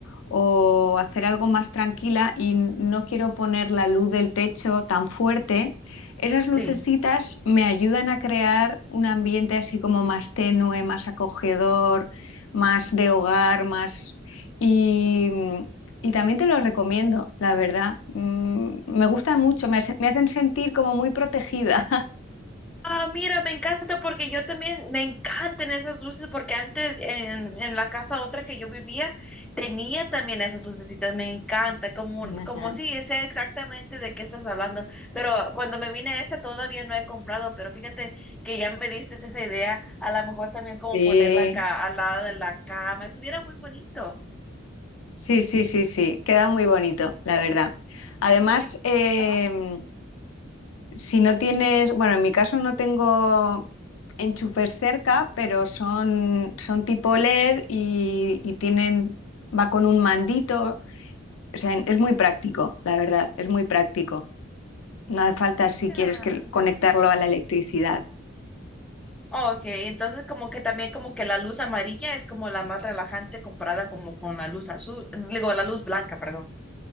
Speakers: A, on the left; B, in the centre.
A: o hacer algo más tranquila y n- no quiero poner la luz del techo tan fuerte, esas lucecitas
B: sí.
A: me ayudan a crear un ambiente así como más tenue, más acogedor, más de hogar, más... Y, mm, y también te lo recomiendo, la verdad. Mm, me gustan mucho, me hace- me hacen sentir como muy protegida.
B: Ah, mira, me encanta porque yo también me encantan esas luces porque antes en, en la casa otra que yo vivía tenía también esas lucecitas, me encanta, como, un-
A: <laughs>
B: como sí, sé exactamente de qué estás hablando, pero cuando me vine a esta todavía no he comprado, pero fíjate que ya me diste esa idea, a lo mejor también como
A: Sí,
B: ponerla acá al lado de la cama, estuviera muy bonito.
A: sí, sí, sí, sí, queda muy bonito, la verdad. Además,
B: Sí,
A: em,
B: ajá.
A: si no tienes, bueno, en mi caso no tengo enchufes cerca, pero son, son tipo LED y, y tienen, va con un mandito, o sea, es muy práctico, la verdad, es muy práctico. No hace falta
B: Ah,
A: si
B: mira.
A: quieres que, conectarlo a la electricidad.
B: Ok, entonces como que también como que la luz amarilla es como la más relajante comparada como con la luz azul, digo, la luz blanca, perdón,